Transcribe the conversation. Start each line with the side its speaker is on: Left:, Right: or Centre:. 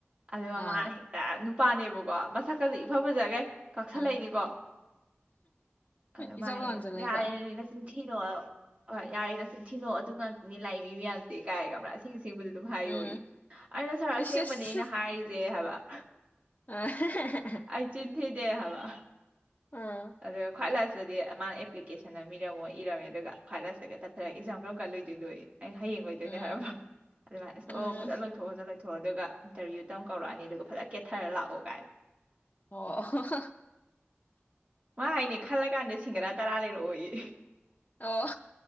Right: ꯑꯗꯨꯒꯥ
Left: ꯑꯥ
Right: ꯃꯥꯅ ꯍꯦꯛꯇ ꯅꯨꯄꯥꯅꯦꯕꯀꯣ ꯃꯁꯛꯀꯥꯖꯦ ꯏꯐ ꯐꯖꯥꯒꯩ ꯀꯥꯛꯁꯜꯂꯛꯏꯅꯤꯀꯣ
Left: ꯎꯝ
Right: ꯑꯗꯨꯒ
Left: ꯏꯆꯥꯎ
Right: ꯃꯥꯥ ꯍꯥꯏꯅꯦ
Left: ꯂꯥꯡꯖꯜꯂꯛꯏꯕ
Right: ꯌꯥꯔꯦ ꯆꯤꯟꯊꯤꯅꯣ ꯍꯣꯏ ꯌꯥꯔꯦ ꯅꯥꯆꯤꯟꯊꯤꯅꯣ ꯑꯗꯨ ꯉꯥꯛꯇꯅꯤ ꯂꯥꯛꯏꯕꯥ ꯃꯤꯃꯥꯌꯥꯝꯖꯦ ꯀꯥꯏꯅꯥꯀꯣ ꯑꯁꯦꯡ ꯑꯁꯦꯡꯕꯥꯗꯤ ꯑꯗꯨꯝ ꯍꯥꯏꯌꯣꯌꯦ
Left: ꯎꯝ
Right: ꯑꯩꯅ ꯁꯥꯔ ꯑꯁꯦꯡꯕꯅꯦ
Left: ꯏꯁ ꯏꯁ
Right: ꯑꯩꯅ ꯍꯥꯏꯔꯤꯁꯦ ꯍꯥꯏꯕ
Left: <unintelligible>
Right: ꯑꯩ ꯆꯤꯟꯊꯤꯗꯦ ꯍꯥꯕ
Left: ꯑꯥ
Right: ꯑꯗꯨꯒ ꯈ꯭ꯋꯥꯏ ꯂꯥꯁꯇꯗꯤ ꯃꯥꯅ ꯑꯦꯄ꯭ꯂꯤꯀꯦꯁꯟ ꯑꯃꯥ ꯏꯔꯝꯃꯣ ꯏꯔꯝꯃꯦ ꯑꯗꯨꯒ ꯈ꯭ꯋꯥꯏ ꯂꯥꯁꯇꯒ ꯇꯞꯊꯔꯒ ꯑꯦꯛꯖꯥꯝ ꯀꯔꯝ ꯀꯥꯟ ꯂꯣꯏꯗꯣꯏꯅꯣꯌꯦ ꯑꯩꯅ ꯍꯌꯦꯡ ꯂꯣꯏꯗꯣꯏꯅꯦ
Left: ꯎꯝ
Right: ꯍꯥꯏꯔꯝꯝꯕ ꯑꯗꯨ ꯃꯥꯅ ꯑꯁ
Left: ꯎꯝ
Right: ꯑꯣ ꯐꯖꯅꯥ ꯂꯣꯏꯊꯣꯛꯑꯣ ꯂꯣꯢꯊꯣꯛꯑꯣ ꯑꯗꯨꯒ ꯏꯟꯇꯔꯚꯤꯌꯨ ꯗꯥ ꯀꯧꯔꯛꯑꯅꯤ ꯑꯗꯨꯒ ꯐꯖꯥꯅ ꯀꯦꯊꯔꯥ ꯂꯥꯛꯑꯣꯒꯥꯏ
Left: ꯑꯣ
Right: ꯃꯥ ꯍꯥꯏꯅꯦ ꯈꯜꯂꯥ ꯀꯥꯟꯗ ꯁꯤꯡꯒꯔꯥ ꯇꯔꯥ ꯂꯩꯔꯛꯑꯣꯌꯦ
Left: ꯑꯣ